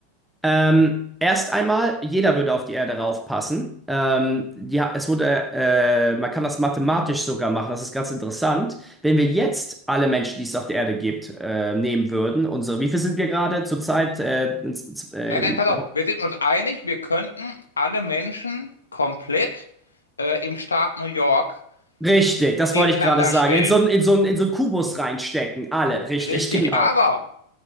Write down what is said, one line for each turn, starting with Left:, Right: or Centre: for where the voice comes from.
Centre: Ähm, erst einmal, jeder würde auf die Erde raufpassen. Ähm, Ja, es wurde, äh, man kann das mathematisch sogar machen, das ist ganz interessant. Wenn wir jetzt alle Menschen, die es auf der Erde gibt, äh, nehmen würden, unsere, wie viel sind wir gerade zurzeit? Äh, ins- ins- äh,
Left: Nein, nein, pass auf,
Centre: ja.
Left: wir sind uns einig, wir könnten alle Menschen komplett äh, im Staat New York
Centre: Richtig, das
Left: nebeneinander
Centre: wollte ich gerade sagen.
Left: stellen.
Centre: In so einen in so einen- in so einen Kubus reinstecken, alle, richtig,
Left: Richtig,
Centre: <laughs> genau.
Left: aber